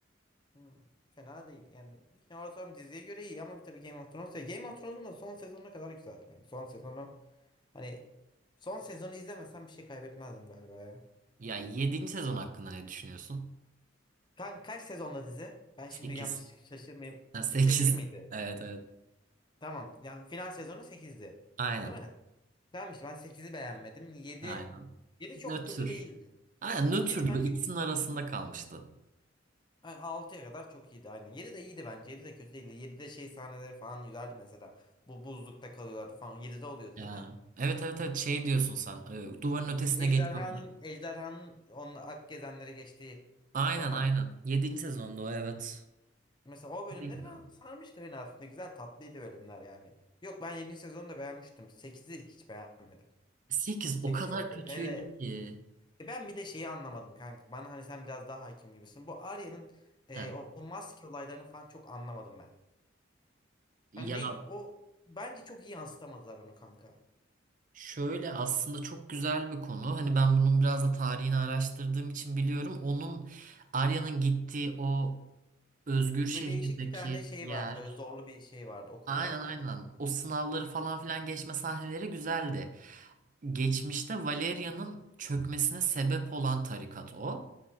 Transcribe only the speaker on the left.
Hmm, fena değil. Yani yine ortam diziye göre iyi ama tabii Game of Thrones. Game of Thrones'un da son sezonuna kadar güzeldi benim. Son sezonu hani son sezonu izlemesem bir şey kaybetmezdim galiba ya.
Kan kaç sezonda dizi? Ben şimdi
yanlış şaşırmayayım.
sekiz miydi?
Tamam. Yani final sezonu sekizdi
Değil mi? Tamam işte ben sekizi beğenmedim. yedi
7 çok
kötü değildi.
yedi bence
Yani 6'ya kadar çok iyiydi aynen. 7 de iyiydi bence. 7 de kötü değildi. 7'de şey sahneleri falan güzeldi mesela. Bu buzlukta kalıyorlardı falan. 7'de oluyordu
değil mi?
Ejderhanın
Ejderhanın onun ak gezenleri geçtiği
zamanlar.
Mesela o bölümleri
ben sarmıştı beni aslında. Güzel tatlıydı bölümler yani. Yok ben 7. sezonu da beğenmiştim. 8'i hiç beğenmedim.
8
çok kötü.
Hele
E ben bir de şeyi anlamadım kanka. Bana hani sen biraz daha hakim gibisin. Bu Arya'nın e,
o o maske olaylarını falan çok anlamadım ben.
Yani ne o bence çok iyi yansıtamadılar onu kanka.
Ve değişik bir tane şey
vardı böyle zorlu bir şey vardı okul
vardı
değil mi?